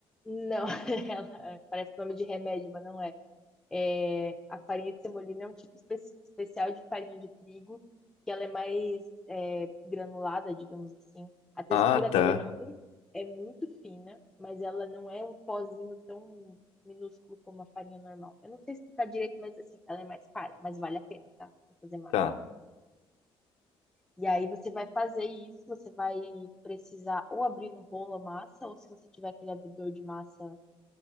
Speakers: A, in the centre; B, on the left.
A: Não, <laughs> ela parece nome de remédio, mas não é. É, a farinha de semolina é um tipo espe- especial de farinha de trigo, que ela é mais é, granulada, digamos assim. A textura
B: Ah, tá.
A: dela é muito, é muito fina, mas ela não é um pozinho tão minúsculo como a farinha normal. Eu não sei explicar direito, mas assim, ela é mais cara, mas vale a pena, tá? Pra fazer massa.
B: Tá.
A: E aí você vai fazer isso, você vai precisar ou abrir no rolo a massa, ou se você tiver aquele abridor de massa